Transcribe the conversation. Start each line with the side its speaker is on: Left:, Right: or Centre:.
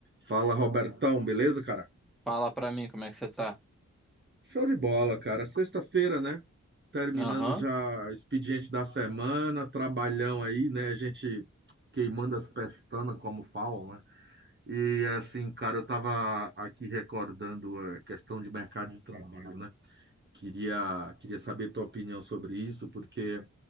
Right: Fala, Robertão, beleza, cara?
Centre: Fala pra mim como é que você tá.
Right: Show de bola, cara. Sexta-feira, né? Terminando
Centre: Aham.
Right: já o expediente da semana, trabalhão aí, né? A gente queimando as pestanas, como falam, né? E assim, cara, eu tava aqui recordando a questão de mercado de trabalho, né? Queria, queria saber tua opinião sobre isso, porque,